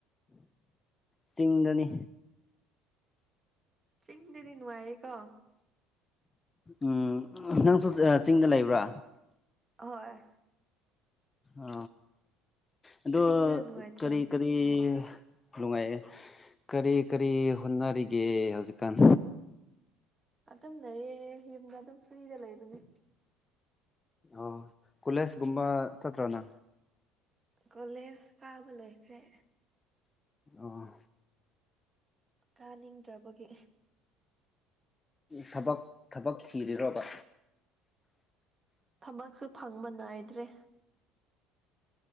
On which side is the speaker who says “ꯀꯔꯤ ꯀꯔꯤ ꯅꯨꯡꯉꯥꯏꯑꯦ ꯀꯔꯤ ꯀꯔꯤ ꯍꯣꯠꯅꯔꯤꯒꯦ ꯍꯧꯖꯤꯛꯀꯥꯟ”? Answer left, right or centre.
Left